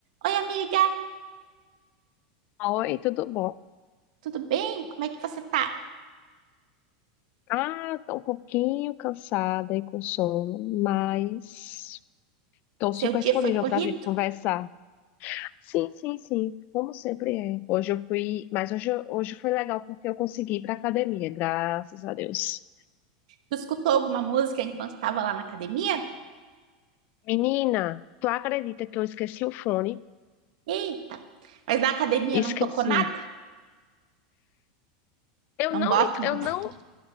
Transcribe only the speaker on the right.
Oi, amiga,
tudo bem? Como é que você tá?
Seu
dia
foi corrido?
Tu escutou alguma música enquanto estava lá na academia?
Eita, mas na academia
não tocou nada?
Não
bota
uma
música.